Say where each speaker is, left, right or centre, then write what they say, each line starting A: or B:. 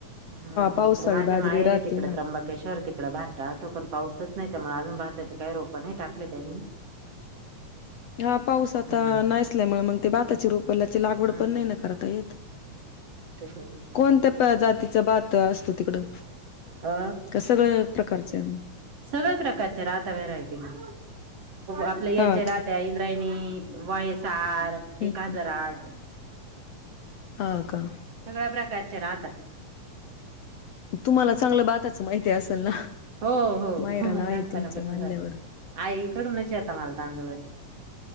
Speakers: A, on the right; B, on the left.
A: हा
B: पावसाळी
A: इकडे माझ्या
B: बाजरी
A: मायरी
B: राहते
A: तिकडे
B: ना
A: त्र्यंबकेश्वर तिकड भात्रा तो पण पाऊसच नाही त्यामुळे अजून भाताचे काही रोप नाही टाकले त्यांनी
B: हा पाऊस आता
A: हम्म
B: नाहीसल्यामुळे मग ते बाताची रोपल्याची लागवड
A: हम्म
B: पण नाही ना करता येत
A: त्याच्या
B: कोणत्या जातीचा भात असतो तिकडं
A: अ
B: क सगळं प्रकारचं आहे
A: सगळ्या प्रकारच्या राहता व्हहेरायटी ना आपल्या याच्या
B: हा
A: राहता
B: का
A: वयसार
B: हम्म
A: एक हजार आठ
B: हा का
A: सगळ्या प्रकारचे राहता
B: तुम्हाला चांगलं भाताचं माहिती आहे असेल ना
A: हो हो
B: मायराला
A: हो
B: आहे
A: लहानपणापासूनात
B: तुमच्या म्हणल्यावर
A: आई इकडूनच आता मालत आंदोलन